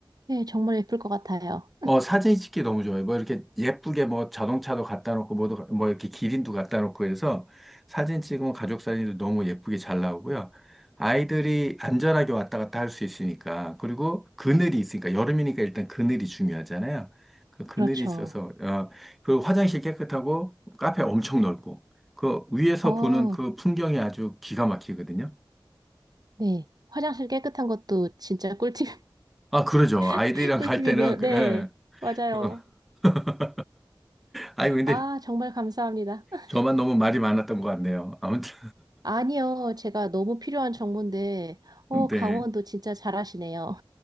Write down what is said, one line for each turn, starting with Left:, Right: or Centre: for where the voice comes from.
Right: 네, 정말 예쁠 것 같아요.
Centre: 어, 사진 찍기 너무 좋아요. 뭐 이렇게 예쁘게 뭐 자동차도 갖다 놓고 뭐도 뭐 이렇게 기린도 갖다 놓고 해서 사진 찍으면 가족 사진도 너무 예쁘게 잘 나오고요. 아이들이 안전하게 왔다 갔다 할 수 있으니까 그리고 그늘이 있으니까 여름이니까 일단 그늘이 중요하잖아요. 그 그늘이
Right: 그렇죠.
Centre: 있어서 어, 그 화장실 깨끗하고 카페 엄청 넓고 그 위에서
Right: 어,
Centre: 보는 그 풍경이 아주 기가 막히거든요.
Right: 네. 화장실 깨끗한 것도 진짜 꿀팁,
Centre: 아, 그러죠. 아이들이랑
Right: <laughs> 꿀팁이네요.
Centre: 갈 때는
Right: 네,
Centre: 그, 예.
Right: 맞아요.
Centre: 어. <laughs> 아니 근데
Right: 아, 정말 감사합니다. <laughs>
Centre: 저만 너무 말이 많았던 것 같네요. 아무튼.
Right: 아니요, 제가 너무 필요한 정보인데, 어,
Centre: 네.
Right: 강원도 진짜 잘하시네요.